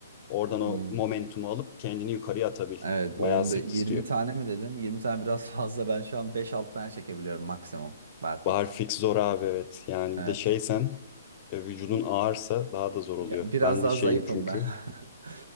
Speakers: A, on the left; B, on the right.
A: oradan
B: Hmm,
A: o momentumu alıp kendini yukarıya atabil.
B: evet. 15,
A: Bayağı sırt
B: 20
A: istiyor.
B: tane mi dedin? 20 tane biraz <laughs> fazla. Ben şu an 5-6 tane çekebiliyorum maksimum. Barfix.
A: Barfix zor abi evet. Yani
B: Evet.
A: bir de şeysen e, vücudun ağırsa daha da zor oluyor.
B: Ya, biraz
A: Ben
B: daha
A: de şeyim
B: zayıfım
A: çünkü.
B: ben. <laughs>